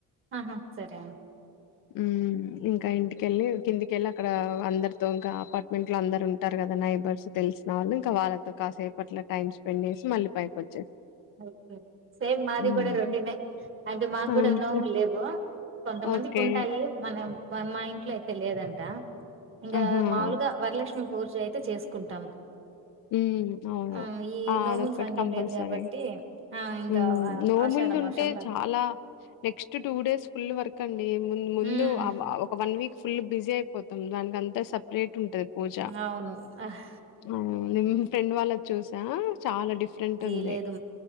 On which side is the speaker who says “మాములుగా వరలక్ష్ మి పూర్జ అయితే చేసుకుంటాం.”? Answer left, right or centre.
Right